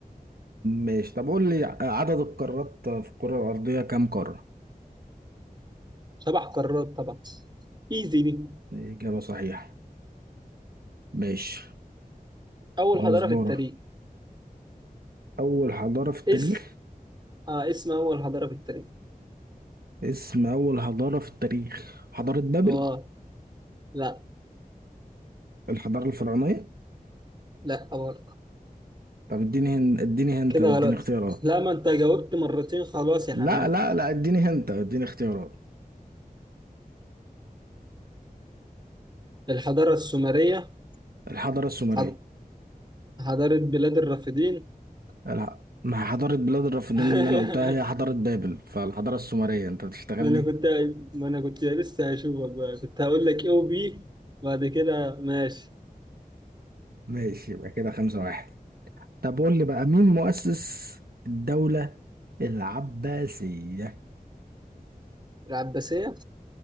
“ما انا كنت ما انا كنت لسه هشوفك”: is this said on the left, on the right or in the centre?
Right